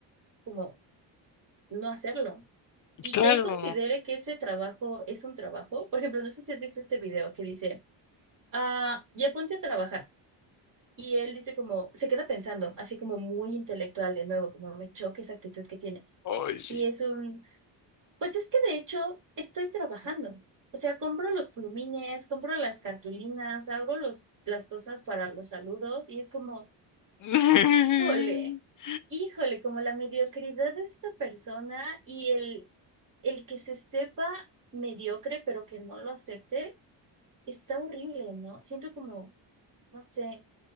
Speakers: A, on the right; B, on the left.
A: como no hacerlo. y
B: Claro.
A: que él considere que ese trabajo es un trabajo. Por ejemplo, no sé si has visto este video que dice, ah, ya ponte a trabajar. Y él dice como, se queda pensando, así como muy intelectual de nuevo, como me choca esa actitud que tiene.
B: Ay, sí.
A: Y es un, pues es que de hecho estoy trabajando. O sea, compro los plumines, compro las cartulinas, hago los, las cosas para los saludos y es como...
B: <laughs>
A: Híjole, híjole, como la mediocridad de esta persona y el, el que se sepa mediocre pero que no lo acepte, está horrible, ¿no? Siento como, no sé.